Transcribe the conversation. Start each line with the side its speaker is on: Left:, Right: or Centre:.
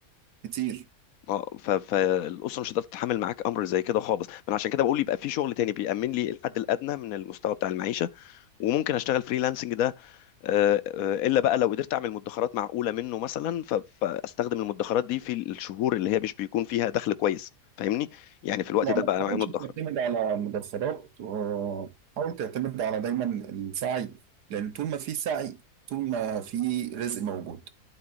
Right: كتير
Left: اه ف... فالاسره مش هتقدر تتحمل معاك امر زي كده خالص من عشان كده بقول يبقى في شغل تاني بيأمن لي الحد الادنى من المستوى بتاع المعيشه وممكن اشتغل فريلانسنج ده آه، آه، الا بقى لو قدرت اعمل مدخرات معقوله منه مثلا ف- فاستخدم المدخرات دي في الشهور اللي هي مش بيكون فيها دخل كويس فاهمني يعني في الوقت
Right: لا
Left: ده
Right: ما
Left: بقى انا
Right: تحاولش
Left: معايا مدخره
Right: تعتمد على مدخرات آه، حاول تعتمد على دايما السعي لأن طول ما في سعي طول ما في رزق موجود